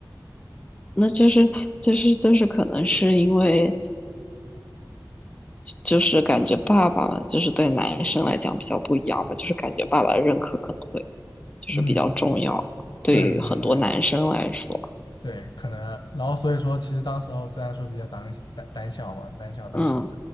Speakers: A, on the left; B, on the left.
A: 那就是就是就是可能是因为。就是感觉爸爸嘛就是对男生来讲比较不一样吧，就是感觉爸爸的认可可能会就是比较重要，
B: 嗯，
A: 对于很多男生来说，
B: 对对对对，可能，然后所以说，其实当时候虽然说比较胆胆胆小嘛，胆小，但是
A: 嗯